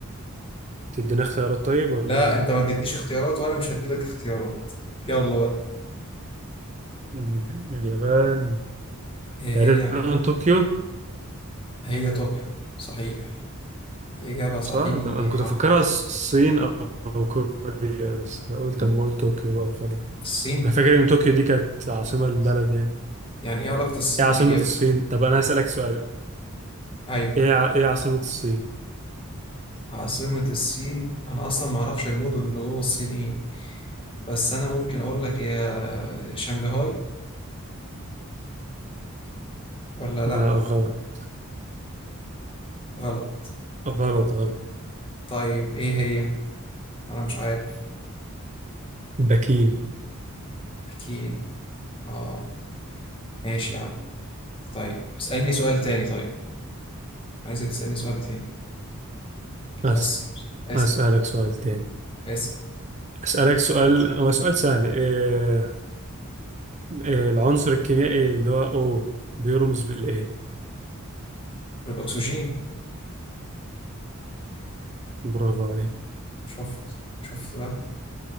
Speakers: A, on the right; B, on the left.
A: تدينا اختيارات طيب ولا
B: لا
A: ايه
B: انت ما اديتنيش اختيارات وانا مش هديلك اختيارات يلا بقى
A: مم. اليابان
B: ايه
A: تقريبا
B: هي
A: طوكيو
B: هي طوكيو صحيح إجابة صحيحة
A: صح ده انا كنت افكرها الص- الصين او أو كوريا بس قلت اما اقول طوكيو بقى خلاص
B: الصين
A: انا فاكر ان طوكيو دي كانت عاصمة البلد يعني
B: يعني ايه علاقة الصين
A: ايه عاصمة
B: باليابان؟
A: الصين طب انا هسألك سؤال
B: ايوه
A: ايه ع... ايه عاصمة الصين
B: عاصمة الصين انا اصلا ما اعرفش المدن اللي جوه الصين ايه بس انا ممكن اقول لك يا شنغهاي ولا لا
A: لا غلط
B: غلط
A: غلط غلط
B: طيب ايه هي؟ انا مش عارف
A: بكين
B: بكين اه ماشي يا عم طيب اسألني سؤال تاني طيب عايزك تسألني سؤال تاني
A: أس...
B: بس اسأل
A: اسألك سؤال تاني
B: اسأل
A: اسألك سؤال هو سؤال سهل إيه آه، العنصر الكيميائي اللي هو O بيرمز بالإيه
B: الأكسجين
A: برافو عليك
B: شفت شفت بقى